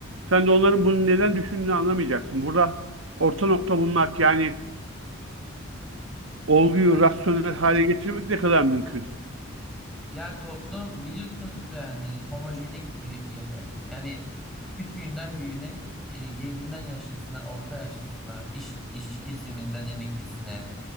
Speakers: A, on the right; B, in the centre.
A: Sen de onların bunu neden düşündüğünü anlamayacaksın. Burada orta nokta bulmak yani olguyu
B: Yani
A: rasyonel hale getirmek ne kadar mümkün?
B: Ya toplum biliyorsunuz yani homojenik bir yapı. Yani küçüğünden büyüğüne, e, gencinden yaşlısına, orta yaşlısına, iş, işçi kesiminden emeklisine